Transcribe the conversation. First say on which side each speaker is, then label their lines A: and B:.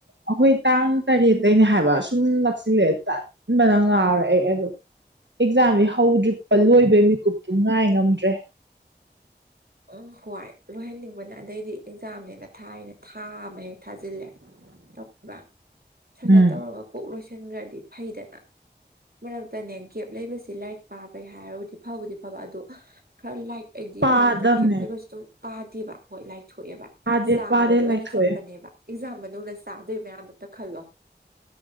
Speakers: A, on the right; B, on the right.
A: ꯑꯈꯣꯏ ꯇꯥꯡ ꯇꯔꯦꯇꯩꯅꯦ ꯍꯥꯏꯕ ꯁꯨꯝ ꯅꯛꯁꯤꯜꯂꯑꯦ ꯇꯟꯕ ꯅ ꯉꯥꯎꯔꯛꯑꯦ ꯑꯗꯣ ꯑꯦꯛꯖꯥꯝꯗꯤ ꯍꯧꯗ꯭ꯔꯤꯄ ꯂꯣꯏꯕꯩ ꯃꯤꯀꯨꯞꯇꯨ ꯉꯥꯏ ꯉꯝꯗ꯭ꯔꯦ
B: ꯎꯝ ꯍꯣꯏ ꯂꯣꯏꯍꯟꯅꯤꯡꯕꯅ ꯑꯗꯩꯗꯤ ꯑꯦꯛꯖꯥꯝꯅꯦ ꯅꯠ ꯊꯥꯏꯅ ꯊꯥ ꯑꯃ ꯍꯦꯛ ꯊꯥꯖꯤꯜꯂꯦ ꯇꯧꯔꯤꯕ ꯁꯠ ꯁꯠ
A: ꯎꯝ
B: ꯇꯧꯔꯒ ꯀꯣꯛ ꯂꯣꯏꯁꯤ ꯁꯟꯈ꯭ꯔꯗꯤ ꯐꯩꯗꯅ ꯃꯔꯛꯇꯅꯦ ꯒꯦꯞ ꯂꯩꯕꯁꯤ ꯂꯥꯏꯔꯤꯛ ꯄꯥꯕꯩ ꯍꯥꯏꯔꯒꯗꯤ ꯐꯕꯨꯗꯤ ꯐꯕ ꯑꯗꯣ ꯈꯔ ꯂꯥꯏꯛ ꯑꯩꯗꯤ
A: ꯄꯥꯗꯕꯅꯦ
B: ꯃꯔꯛꯇ ꯀꯦꯞ ꯂꯩꯕꯁꯨ ꯑꯗꯨꯝ ꯄꯥꯗꯦꯕ ꯍꯣꯏ ꯂꯥꯏꯊꯣꯛꯑꯦꯕ
A: ꯄꯥꯗꯦ
B: ꯆꯥꯕꯗꯣ
A: ꯄꯥꯗꯦ
B: ꯑꯣꯏꯅ
A: ꯂꯥꯏꯊꯣꯛꯑꯦ
B: ꯆꯠꯄꯅꯦꯕ
A: ꯎꯝ
B: ꯑꯦꯛꯖꯥꯝ ꯃꯅꯨꯡꯗ ꯆꯥꯗꯣꯏ ꯃꯌꯥꯝꯗꯣ ꯇ ꯈꯜꯂꯣ